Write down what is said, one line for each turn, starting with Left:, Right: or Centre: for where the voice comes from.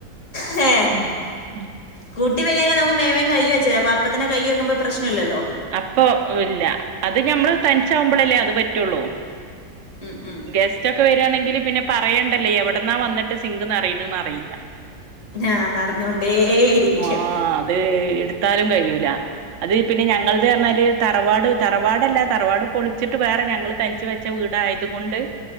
Left: ഹേ
Right: ഉം ഉം
Left: കൂട്ടി വരിക്ക ന മേവം കഴ്കി വച്ചേ അപ്പത്തന്നെ കഴുകി വെക്കുമ്പോ പ്രശ്ന ഇല്ലല്ലോ
Right: അപ്പൊ ഇല്ല അത് ഞമ്മള് തനിച്ചാവുമ്പോളല്ലേ അത് പറ്റുള്ളൂ
Left: ഉം ഉം
Right: ഗെസ്റ്റ് ഒക്കെ വരിയാണെങ്കിൽ പിന്നെ പറയണ്ടല്ലേ എവിടന്നാ വന്നി സിംഗ് നറയുന്നെയെന്ന് അറിയുന്നന്ന് അറിയില്ല
Left: ആഹ് ന്നറിഞ്ഞോണ്ടേ ഇരിക്കും
Right: ആ അതേ എടു ത്താലും കഴിയൂല അത് പിന്നെ ഞങ്ങ അത് പറഞ്ഞാല് തറവാട് തറവാടല്ല തറവാട് പൊളിച്ചിട്ട് വേറെ ഞങ്ങള് തനിച്ച് വെച്ച വീടായതു കൊണ്ട്